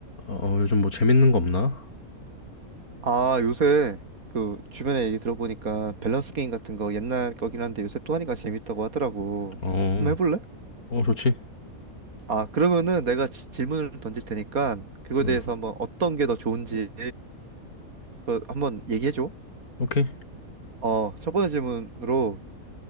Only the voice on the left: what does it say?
어, 어, 요즘 뭐 재밌는 거 없나?
어,
어, 좋지.
응,
오케이.